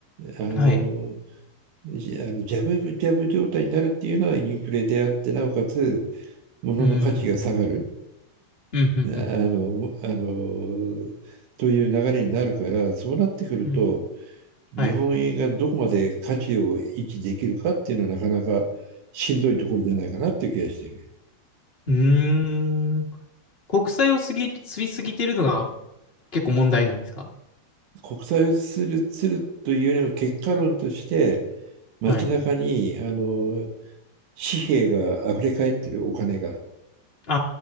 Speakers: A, on the right; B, on the left.
A: あの
B: うん、はい。
A: じあのジャブジャブ状態になるっていうのはインフレであってなおかつ物の価値が下がる。
B: うん、うん、うん、
A: あの、
B: うん、
A: あの、という流れになるから、そうなってくると、
B: うん
A: 日本円がどこまで価値を維持できるかっていうのはなかなかしんどいところじゃないかなっていう気がしている。
B: はい。うーん、国債を過ぎ、過ぎすぎてるのが結構問題なんですか。
A: 国際をする、するというよりも結果論として、街中に、
B: はい
A: あの、紙幣が溢れ返ってるお金が。
B: あ